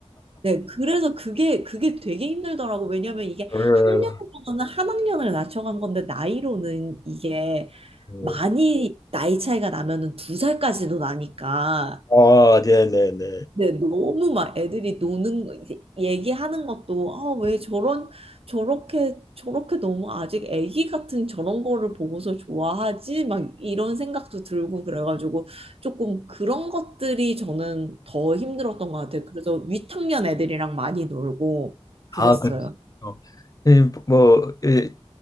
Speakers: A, on the right; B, on the left.
A: 네. 그래서 그게, 그게 되게 힘들더라고. 왜냐면 이게
B: 음,
A: 학년으로는 한 학년을 낮춰간 건데 나이로는 이게
B: 음.
A: 많이 나이 차이가 나면은 두 살까지도 나니까
B: 아, 네, 네, 네.
A: 근데 너무 막 애들이 노는 거 이제 얘기하는 것도 아 왜 저런 저렇게 저렇게 너무 아직 애기 같은 저런 거를 보고서 좋아하지 막 이런 생각도 들고 그래가지고 조금 그런 것들이 저는 더 힘들었던 것 같아요. 그래서 위탁년 애들이랑 많이 놀고 그랬어요.
B: 아, 그러시군요. 예, 뭐, 예,